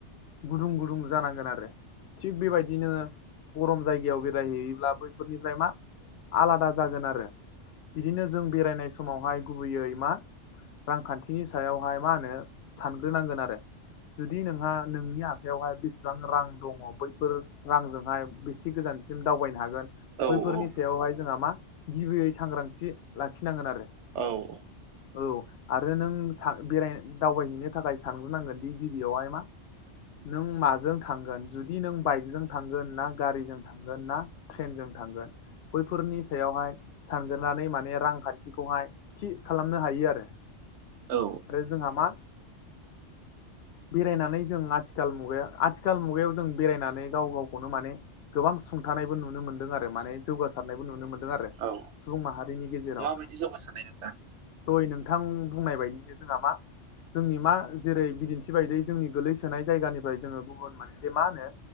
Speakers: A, on the left; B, on the right.
A: गुदुं गुदुं जानांगोन आरो थिग बेबायदि नोङो गरम जायगायाव बेरायहैयोब्ला बैफोरनिफ्राय मा आलादा जागोन आरो बिदिनो जों बेरायनाय समावहाय गुबैयै मा रांखान्थिनि सायावहाय मा होनो सानग्रोनांगोन आरो। जुदि नोंहा नोंनि आखाइायावहाय बेसेबां रां दङ बैफोर रांजोंहाय बेसि गोजानसिम दावबायनो हागोन
B: औ
A: बैफोरनि बेयावहाय जोंहा मा गिबियै सांग्रांथि लाखिनांगोन आरो।
B: औ औ
A: औ आरो नों बेराय दावबायहैनो थाखाय सानग्रोनांगोन दि गिबियावहाय मा नों माजों थांगोन जुदि नों बाइकजों थांगोन ना गारिजों थांगोन ना ट्रेनजों थांगोन बैफोरनि सायावहाय सानग्रोनानै माने रांखान्थिखौहाय थि खालामनो हायो आरो।
B: औ
A: जोंहा मा बेरायनानै जों आथिखाल मुगायाव आथिखाल मुगायाव जों बेरायनानै गाव गावखौनो माने गोबां सुंथानाय बो नुनो मोनदों आरो माने जौगासारनायबो नुनो मोनदों आरो
B: औ
A: सुबुं माहारिनि गेजेराव
B: माबायदि जौगासारनाय नोंथां
A: दहाय नोंथां बुंनाय बायदिनो जोंहा मा जोंनि मा जेरै बिदिन्थि बायदि जोंनि गोलैसोनाय जायगानिफ्राय जोङो गुबुन मोनसे मा होनो